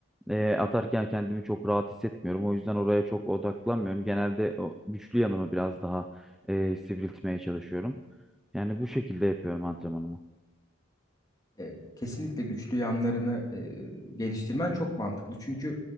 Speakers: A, in the centre; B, on the left.
A: e, atarken kendimi çok rahat hissetmiyorum. O yüzden oraya çok odaklanmıyorum. Genelde o güçlü yanımı biraz daha e, sivriltmeye çalışıyorum. Yani bu şekilde yapıyorum antrenmanımı.
B: E, kesinlikle güçlü yanlarını e, geliştirmen çok mantıklı. Çünkü